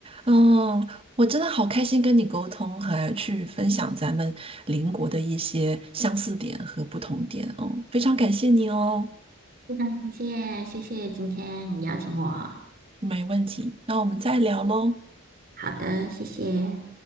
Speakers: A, on the right (about 25°); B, on the right (about 40°).
A: 嗯，我真的好开心跟你沟通，还去分享咱们邻国的一些相似点和不同点哦，非常感谢你哦，
B: 感谢，谢谢今天你邀请我。
A: 没问题，那我们再聊喽。
B: 好的，谢谢。